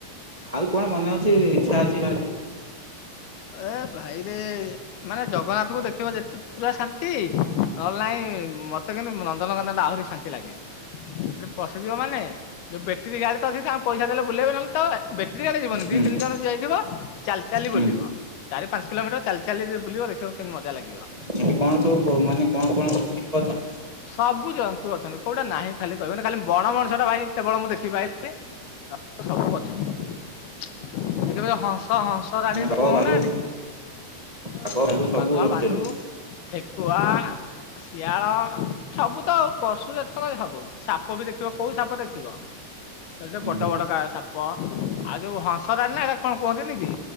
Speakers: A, on the right; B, on the left.
A: ଆଉ କଣ ମନେ ଅଛି ଇଚ୍ଛା ଅଛି ଭାରି ପାଇଁ
B: ଏ ଭାଇରେ ମାନେ ଜଗନ୍ନାଥଙ୍କୁ ଦେଖିବ ଯେତେ ପୁରା ଶାନ୍ତି ନହେଲେ ନାଇଁ ମତେ କିନ୍ତୁ ନନ୍ଦନଗନା ଟା ଆହୁରି ଶାନ୍ତି ଲାଗେ। ସେଠି ପଶିଯିବ ମାନେ ଯୋଉ ବେଟ୍ରୀ ଗାଈ ତ ଅଛି ତାଙ୍କୁ ପଇସା ଦେଲେ ବୁଲେଇବେ ନହଲେ ତ ବେଟର ଆଡେ ଯିବନି
A: ହୁଁ
B: ଦି ତିନି ଜଣ ଯାଇଥିବ ଚାଲି ଚାଲି
A: ହୁଁ
B: ବୁଲିବ। ଚାରି ପାଞ୍ଚ କିଲୋମିଟର ଚାଲି ଚାଲି ବୁଲିବ ଦେଖିବ କେମିତି ମଜା ଲାଗିବ।
A: ଏଠି କଣ ସବୁ ମାନେ କଣ କଣ ସବୁ ଟିକ ଅଛନ୍ତି?
B: ସବୁ ଜନ୍ତୁ ଅଛନ୍ତି କୋଉଟା ନାହିଁ ଖାଲି କହିବେ ନା ଖାଲି ବଣ ମଣିଷଟା ଭାଇ କେବଳ ମୁଁ ଦେଖିପାଇଲିନି। ନହେଲେ ସବୁ ଅଛନ୍ତି ସେଥିବେ ହଂସ ହଂସ <unintelligible>
A: ବାଘ
B: କହୁନାହାନ୍ତି
A: ଭାଲୁ
B: କି
A: ବାଘ ଭାଲୁ ସବୁ
B: ବାଘ
A: ରଖିଛନ୍ତି
B: ଭାଲୁ ଠେ କୁଆ ଶିଆଳ ସବୁ ତ ଆଉ ପଶୁ ଜାତ କହ ସବୁ ସାପ ବି ଦେଖିବ କୋଉ ସାପ ଦେଖିବ ଏଟ
A: ହୁଁ
B: ପଟ ବଟକା ସାପ। ଆଉ ଯୋଉ ହଂସଡାଳ ନା ଏଇଟା କଣ କୁହନ୍ତିନ କି